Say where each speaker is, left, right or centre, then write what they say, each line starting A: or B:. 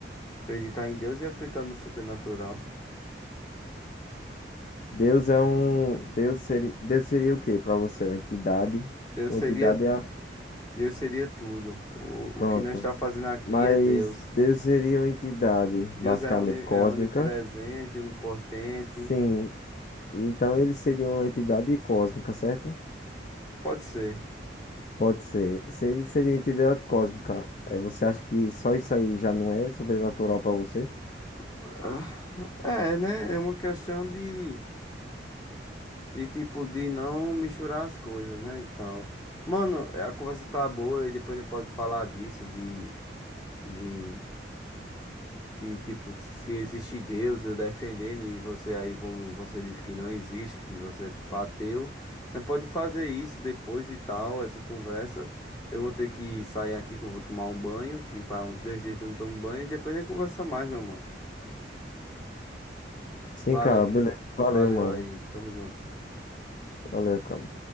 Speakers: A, on the left; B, on the left.
A: acreditar em Deus e acreditar no sobrenatural.
B: Deus é um. Deus seria, Deus seria o quê para você? Uma entidade?
A: Deus
B: Uma
A: seria,
B: entidade é. a-
A: Deus seria tudo. O,
B: Pronto.
A: o que nós está fazendo aqui
B: Mas
A: é Deus.
B: Deus seria uma entidade
A: Deus
B: basicamente
A: é, oni,
B: cósmica?
A: é onipresente, onipotente.
B: Sim. Então ele seria uma entidade cósmica, certo?
A: Pode ser.
B: Pode ser. Seria, seria uma entidade cósmica. É, Você acha que só isso aí já não é sobrenatural pra você?
A: Ah, É, né? É uma questão de, de tipo, de não misturar as coisas, né? E tal. Mano, a conversa tá boa e depois não pode falar disso, de. De De tipo, se existe Deus, eu defendendo, e você aí, como você disse que não existe, que você é tipo ateu, né, pode fazer isso depois e tal, essa conversa. Eu vou ter que sair aqui, que eu vou tomar um banho, que faz uns dois dias que eu não tomo banho, e depois a gente conversa mais, meu mano.
B: Sim,
A: Valeu,
B: cara, beleza. Valeu,
A: valeu
B: mano.
A: aí, tamo junto.
B: Valeu, cara.